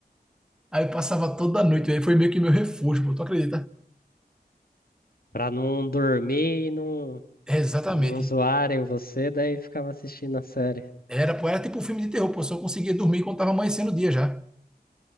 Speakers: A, in the centre; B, on the left.
A: Aí eu passava toda noite, aí foi meio que meu refúgio, pô, tu acredita?
B: Pra não dormir e não,
A: É, exatamente.
B: não zoarem você, daí ficava assistindo a série.
A: Era, pô, era tipo um filme de terror, pô, só conseguia dormir quando tava amanhecendo o dia já.